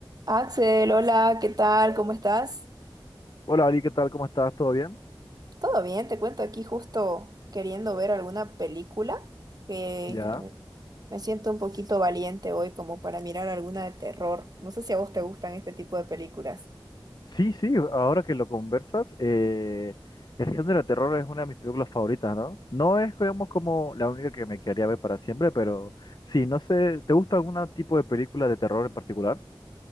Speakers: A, on the right (about 45°); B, on the left (about 50°).
A: Axel, hola, ¿qué tal? ¿Cómo estás?
B: Hola Ali, ¿qué tal? ¿Cómo estás? ¿Todo bien?
A: Todo bien, te cuento aquí justo queriendo ver alguna película que
B: Ya.
A: me, me siento un poquito valiente hoy como para mirar alguna de terror. No sé si a vos te gustan este tipo de películas.
B: Sí, sí, ahora que lo conversas, eh, el género de terror es una de mis películas favoritas, ¿no? No es, digamos, como la única que me quedaría ver para siempre, pero sí, no sé, ¿te gusta algún tipo de película de terror en particular?